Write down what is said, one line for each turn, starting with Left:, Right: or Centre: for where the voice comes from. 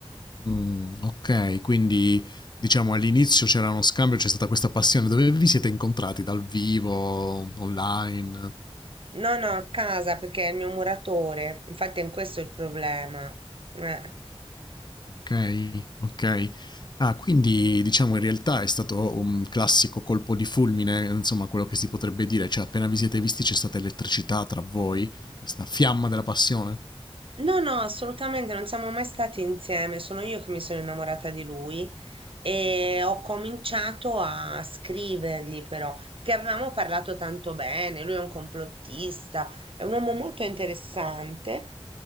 Left: Mh, okay, quindi diciamo all'inizio c'era uno scambio, c'è stata questa passione. Dove vi siete incontrati? Dal vivo, online?
Right: No, no, a casa perché è il mio muratore, infatti è questo il problema. Eh.
Left: Okay, okay. Ah, quindi diciamo in realtà è stato un classico colpo di fulmine, insomma quello che si potrebbe dire, cioè appena vi siete visti c'è stata elettricità tra voi, questa fiamma della passione?
Right: No, no, assolutamente, non siamo mai stati insieme, sono io che mi sono innamorata di lui e
Left: Mh-mh.
Right: ho cominciato a scrivergli però, perché avevamo parlato tanto bene, lui è un complottista, è un uomo molto interessante,